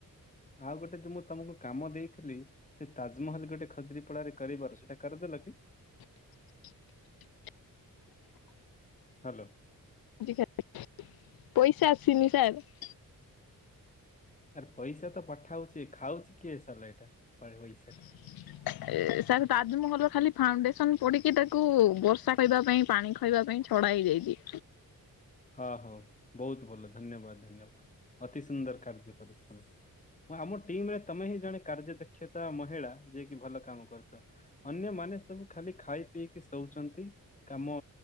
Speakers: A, on the left; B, on the left.
A: ଆଉ ଗୋଟେ ଯ ମୁଁ ତମକୁ କାମ ଦେଇଥିଲି? ସେ ତାଜମହଲ ଗୋଟେ ଖଜୁରରି ପଡାରେ କରିବାର ସେଇଟା କରିଦେଲ କି?
B: <inaudible>
A: ହ୍ୟାଲୋ
B: ା ପଇସା ଆସିନି ସାର୍ <unintelligible>
A: ଆରେ ପଇସା ତ ପଠାଉଛି। ଖାଉଛି କିଏ ସାରିଲା ଏଇଟା ପଇସା ଟା?
B: ହଁ ଏ ସାର୍ ତାଜମହଲର ଖାଲି ଫାଉଣ୍ଡେସନ ପଡିକି ତାକୁ ବର୍ଷା କହ ପାଇଁ ପାଣି ଖାଇବା ପାଇଁ ଛଡ଼ା ହେଇଯାଇଛି।
A: ହଁ ହଉ ବହୁତ ଭଲ ଧନ୍ୟବାଦ ଧନ୍ୟବାଦ ଅତି ସୁନ୍ଦର କାର୍ଯ୍ୟ କରୁଛ ତମେ। ହଁ ଆମ ଟିମ ରେ ତମେ ହିଁ ଜଣେ କାର୍ଯ୍ୟ ଦକ୍ଷତା ମହିଳା ଯିଏକି ଭଲ କାମ କରୁଛ। ଅନ୍ୟମାନେ ସବୁ ଖାଲି ଖାଇ ପିଇକି ଶୋଉଛନ୍ତି। କାମ